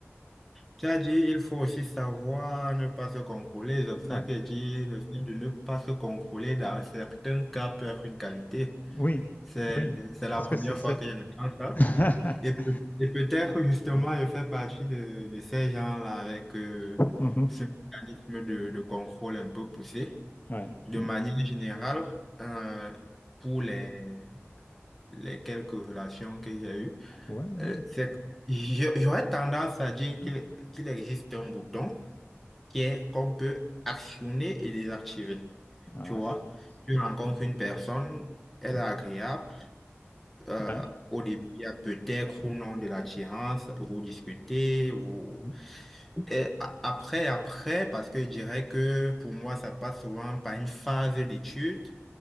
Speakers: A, in the centre; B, on the left.
A: Tu as dit, il faut aussi savoir ne pas se contrôler. C'est pour ça
B: Ouais.
A: que je dis, le fait de ne pas se contrôler dans certains cas peut être une qualité.
B: Oui,
A: C'est,
B: oui,
A: c'est la
B: parce
A: première
B: que c'est c'est
A: fois que j'entends ça.
B: <laughs>
A: Et, peut- et peut-être justement,
B: ouais.
A: je fais partie de, de ces gens-là avec euh,
B: Mmh mh.
A: ce mécanisme de, de contrôle un peu poussé.
B: <laughs> Ouais.
A: De
B: Mmh.
A: manière générale, euh, pour les, les quelques relations que j'ai eues,
B: Ouais, ouais.
A: euh, c'est- j'a- j'aurais tendance à dire qu'il qu'il existe un bouton qui est qu'on peut actionner et désactiver.
B: Ah,
A: Tu vois,
B: c'est c'est
A: tu
B: peut-être
A: rencontres
B: mmh.
A: une personne, elle
B: Mmh.
A: est agréable. euh,
B: Ouais.
A: au début, il y a peut-être ou non de l'attirance, vous discutez, vous...
B: Mmh.
A: Et a- après, après, parce que je dirais que pour moi, ça passe souvent par une phase d'étude.